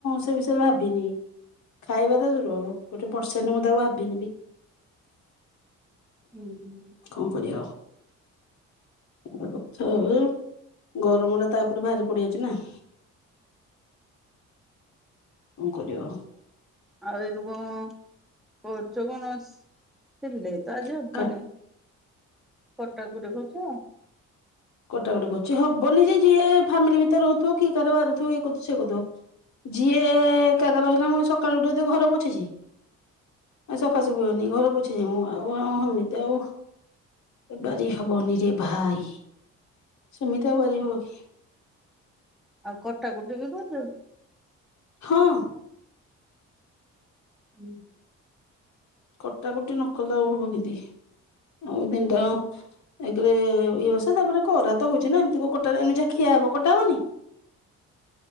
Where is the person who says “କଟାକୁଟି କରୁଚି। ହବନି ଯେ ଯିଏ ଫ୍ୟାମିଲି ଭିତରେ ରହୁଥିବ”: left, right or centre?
Left